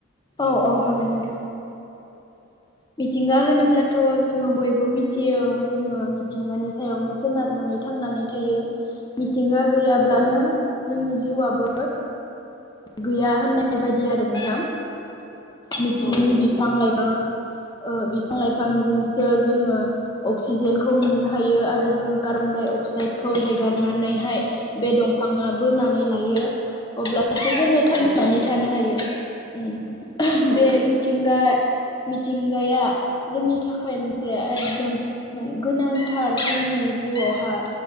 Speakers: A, on the left (about 20°); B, on the left (about 50°).
A: औ औ हागोन नोंथां मिथिंगा होनोब्ला थ' जोङो
B: औ
A: बयबो मिथियो जोङो मिथिंगानि सायावनो सोनारनानै थांनानै थायो मिथिंगा गैयाब्लानो
B: औ
A: जोंनि जिउआबो गैया होननाय बायदि आरो नोंथां मिथिंगानि
B: औ नंगौ
A: बिफां लाइफां बिफां लाइफांजोंसो जोङो अक्सिजेनखौ मोननो हायो आरो जोङो कारबन अक्साइखौ हेगारनानैहाय बे दंफाङा बोनानै लायो अब्ला जोङो थांनानै
B: औ नंगौ
A: थानो हायो
B: औ
A: बे मिथिंगा मिथिंगाया जोंनि थाखाय मोनसे एकदम गोनांथार जोंनि जों नि जिउआवहा